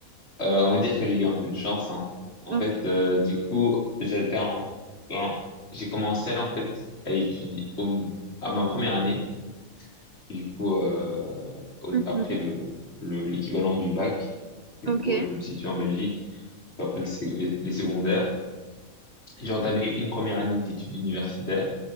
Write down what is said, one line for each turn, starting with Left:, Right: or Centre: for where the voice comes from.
Left: Euh, on va dire que j'ai eu un peu de chance, hein. En
Right: Oh,
Left: fait, euh, du coup, j'étais en, en- j'ai commencé en fait à étudier au- à ma première année, et du coup, euh, au-
Right: mhm.
Left: après le, le- l'équivalent du bac. Du
Right: Ok,
Left: coup, je me situe en Belgique après le sé- les, les secondaires. J'ai entamé une première année d'études universitaires.